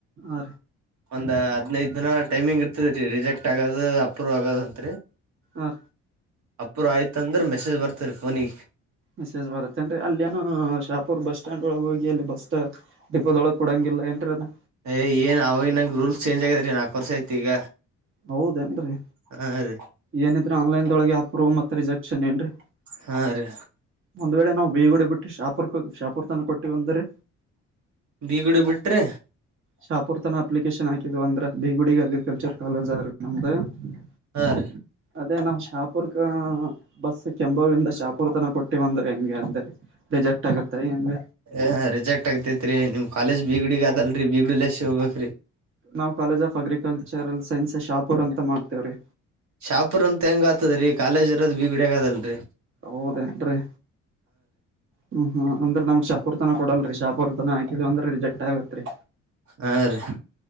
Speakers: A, on the right; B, on the right.
A: ಆ
B: ಒಂದ್ ಹದ್ ದು ದಿನ ಟೈಮಿಂಗ್ ಇರ್ತದ ರೀ ರಿಜೆಕ್ಟ್ ಆಗೋದು ಅಪ್ರೂವ್ ಆಗದಂರಿ
A: ಹ
B: ಅಪ್ರ ಆಯ್ತ ಅಂದ್ರೆ ಮೆಸೇಜ್ ಬರ್ತ ರರಿ ಫೋನಿಗೆ
A: ಮಸೇಜ್ ಬರತ್ತೇನ್ರಿ ಅಲ್ಲಿೇಏನು ಶಾಪುರ್ ಬಸ್ ಸ್ಟಾಂಡ್ ಒಳಗೆ ಹೋಗಿ ಅಲ್ಲಿ ಬಸ್ ದಡಿಪೋದೊಳ ಕೊಡಂಗಿಲ್ಲ ಏನ್ರ ಅ
B: ಯ್ ಏನ್ ಅವಾಗ ನಗೆ ರೂಲ್ ಚೇಂಜ್ ಆಗ್ಯ ರ ನಾಕ ಕೋರ್ಸ ಐತಿ ಈಗ
A: ಹೌದೇಏನ್ರರಿ
B: ಹಾ ರೀ
A: ಏನಿದ್ರ ಆನ್ಲೈನ್ದೊಳಗೆ ಅಪ್ರೂವ್ ಮತ್ತ ರಿಜೆಕ್ಷನ್ ಏನ್ರೀ
B: ಹಾ ರೀ.
A: ಒಂದ್ ವೇಳೆ ನಾವು ಬೇಗುಡೆ ಬಿಟ್ಟ ಶಾಪುರ್ ಶಾಪುರ್ ತನ ಕೊಟ್ಟೀವ ಅಂದರೆ.
B: ಬೀಗಡು ಬಿಟ್ರೆ?
A: ಶಾಪೂರ್ ತನ ಅಪ್ಲಿಕೇಶನ್ ಹಾಕಿದ್ವ ಅಂದ್ರ ಬೀಗುಡಿಗೆ ಅಗ್ರಿಕಲ್ಚರ್ ಕಾಲೇಜ್ ಆದ್ರೆ ನಮ್ದ <unintelligible>
B: ಹಾ ರೀ.
A: ಅದೇ ನಮ್ಮ ಶಾಪುರಕ. ಬಸ್ ಕೆಂಬಾವಿ ಇಂದ ಶಾಪುರಕ್ಕ ತನ ಕೊಟ್ಟಿವಂದ್ರೆ ಹೆಂಗೆ ಅಂತ ರಿಜೆಕ್ಟ್ ಆಗುತ್ತೆ ಹೆಂಗ.
B: ಯಾ ಯಾ ರಿಜೆಕ್ಟ್ ಆಗ್ತೈತ್ ರೀ ನಿಮ್ ಕಾಲೇಜ್ ಬಿಗ್ಡಿ ಅದಲ್ರರಿ ಬೀಗ್ಡಿಲ್ಲಸಿ ಹೋಗಬೇಕ ರೀ.
A: ನಾವು college of agricultural science Shahpur ಅಂತ ಮಾಡ್ತೇವ್ರಿ.
B: ಶಾಪುರ ಅಂತ ಹೆಂಗ್ ಆತದ್ರೀ ಕಾಲೇಜ ಇರದ್ ಬಿಗಡಗಾ ಇದೆ ಅಲ್ರಿ.
A: ಹೌದೇನ್ರಿ. ಹ್ಮ್ ಹ್ಮ್ ಅಂದ್ರ ನಮ್ಗ ಶಾಪುರ ತನ ಕೊಡಲ್ರಿ ಶಾಪುರ ತನ ಹಾಕಿದ ಅಂದ್ರ ರಿಜೆಕ್ಟ್ ಆಗತ್ರಿ.
B: ಹಾರಿ